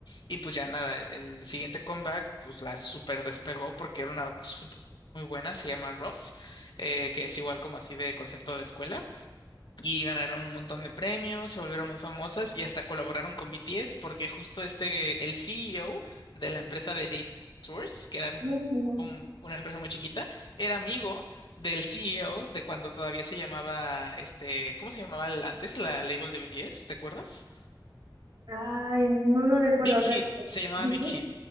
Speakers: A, on the left; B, on the right.
A: Y pues ya nada, el, el siguiente comeback pues la super despegó porque era una super muy buena, se llama Roth, eh, que es igual como así de concepto de escuela. Y ganaron un montón de premios, se volvieron muy famosas y hasta colaboraron con BTS porque justo este, el CEO de la empresa de Source, que era un-
B: ujú,
A: un- una empresa muy chiquita, era amigo del CEO de cuando todavía se llamaba, este, ¿cómo se llamaba el- antes la label de BTS? ¿Te acuerdas?
B: Ay, no, no recuerdo.
A: Big
B: o
A: Hit,
B: sea, eh,
A: se llamaba
B: ¿viste?
A: Big Hit.